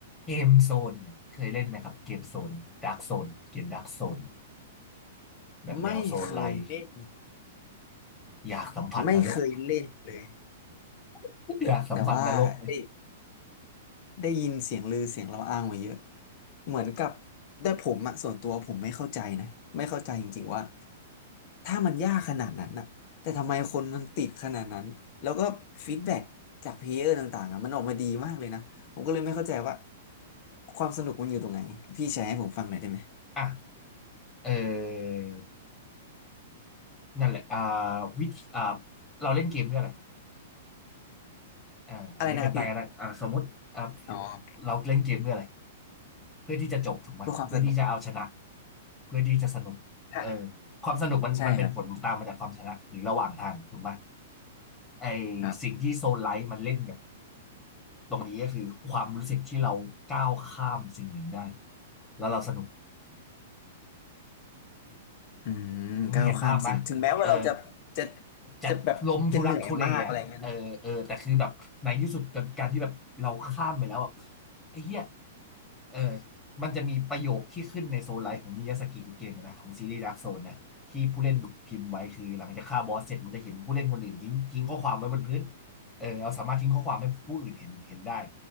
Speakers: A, on the left (about 15°); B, on the left (about 45°).
A: เกมโซนเนี่ยเคยเล่นไหมครับเกมโซนดาร์กโซนเกมดาร์กโซนแบบแนวโซนไลท์
B: ไม่เคยเล่น
A: อยากสัมผัสนรก
B: ไม่เคยเล่นเลย
A: <laughs>
B: แต่แต่ว่าได้
A: อยากสัมผัสนรกเลย
B: ได้ยินเสียงลือเสียงเราอ้างมาเยอะเหมือนกับแต่ผมอะส่วนตัวผมไม่เข้าใจนะไม่เข้าใจจริงๆว่าถ้ามันยากขนาดนั้นอะแต่ทำไมคนมันติดขนาดนั้นแล้วก็ฟีดแบ็กจากเพลเยอร์ต่างๆอะมันออกมาดีมากเลยนะผมก็เลยไม่เข้าใจว่าความสนุกมันอยู่ตรงไหนพี่แชร์ให้ผมฟังหน่อยได้ไหม
A: อ่ะเออนั่นแหละอ่าวิธีอ่าเราเล่นเกมเพื่ออะไรอ่าอันนี้เป็นตายกันนะอ่าสมมติอ่า
B: อะไรนะครับพี่อ๋อ
A: เราเล่นเกมเพื่ออะไรเพื่อที่จะจบถูกไหมเพื่อที่จะเอาชนะ
B: เพื่อความสนุก
A: เพื่อที่จะสนุกเออ
B: อ่ะ
A: ความสนุกมันมันเป็นผลตามมาจากความชนะหรือระหว่างทางถูกไหม
B: ใช่ครับ
A: ไอ
B: ครับ
A: สิ่งที่โซนไลท์มันเล่นกับ ตรงนี้ก็คือความรู้สึกที่เราก้าวข้ามสิ่งหนึ่งได้แล้วเราสนุก
B: อืมก้าวข้ามสิ่งถึงแม้ว่าเราจะจะ
A: เห็นภาพไหมเออจะล้มทุรักทุเลอ่ะเออเออแต่คือแบบในที่สุดการที่แบบเราข้ามไปแล้วแบบ
B: จะแบบจะเหนื่อยมากอะไรเงี้ย
A: ไอ้เหี้ยเออมันจะมีประโยคที่ขึ้นในโซนไลน์ของมิยาสกิทุกเกมนะของซีรีส์ดาร์กโซนนะที่ผู้เล่นพิมพ์ไว้คือหลังจากฆ่าบอสเสร็จมันจะเห็นผู้เล่นคนอื่นทิ้งทิ้งข้อความไว้บนพื้นเออเราสามารถทิ้งข้อความให้ผู้อื่นเห็นเห็นได้